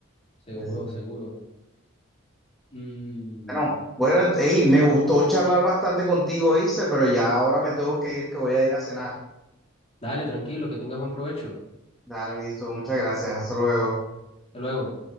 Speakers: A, on the left; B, in the centre.
A: seguro,
B: Es-
A: seguro. Mm,
B: Bueno, bueno, ey, me gustó charlar bastante contigo, Ice, pero ya ahora me tengo que ir, que voy a ir a cenar.
A: dale, tranquilo, que tengas buen provecho.
B: Dale, listo, muchas gracias, hasta luego.
A: Hasta luego.